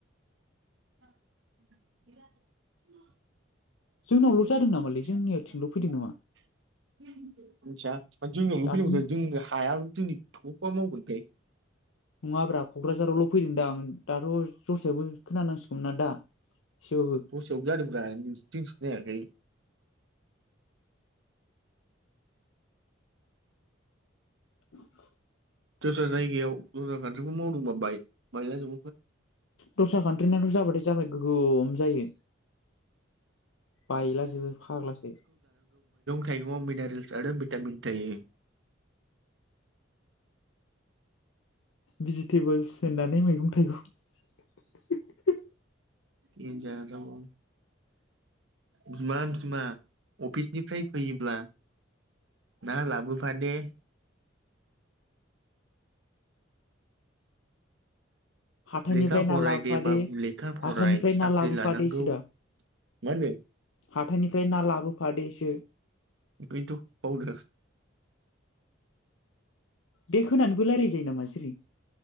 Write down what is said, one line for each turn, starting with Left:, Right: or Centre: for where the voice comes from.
Right: <unintelligible> <unintelligible> मोनथिया
Left: जोंनावल' जादों नामालै जोंनिथिंल' फैदों नामा
Right: जोंनियावल'
Left: दाथ'
Right: फैनौ जोंनो हाया <unintelligible>
Left: नङाब्रा क'क्राझारावल' फैदों दां दाथ' जस्रायावबो खोनानांसिगौमोन ना दा एसेबाबो
Right: दस्रायावबो जादोंब्रा जोंथिं जायाखै
Left: <inaudible>
Right: दस्रा जायगायाव दस्रा खान्थिखौ मावदोंबा बाय बायलाजो
Left: दस्रा कान्ट्रिनाथ' जाबाथाय जाबाय गोगोम जायो बायलाजोबो फाग्लासो
Right: थाइगं मिनारेल्स आरो भिटामिन थायो
Left: भिजिटेबोल्स दोननानै मैगं थाइगं
Right: देनजार जामबा बिमा बिमा अफिसनिफ्राय फैयोब्ला ना लाबोफादे
Left: हाथायनिफ्राय
Right: लेखा फराय
Left: ना लाबोफादे
Right: दे बाबु लेखा फराय
Left: हाथायनिफ्राय
Right: साख्रि
Left: ना लाबोफादोसो
Right: लानांगौ
Left: दा
Right: मा होनो
Left: हाथायनिफ्राय ना लाबोफादेसो
Right: बैथ बावदों
Left: बेग होनानैबो रायलाय जायो नामा जिरि